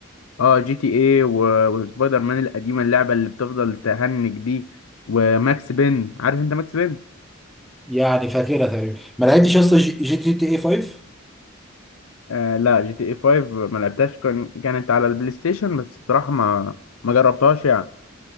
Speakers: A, on the left; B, in the centre.
A: اه جي تي ايه و- وسبايدر مان القديمه اللعبه اللي بتفضل تهنج دي وماكس بين عارف انت ماكس بين
B: يعني فاكرها تقريبا ما لعبتش اصلا جي جي تي اي 5
A: آه لا جي تي ايه 5 ما لعبتهاش كان كانت على البلاي ستيشن بس بصراحه ما ما جربتهاش يعني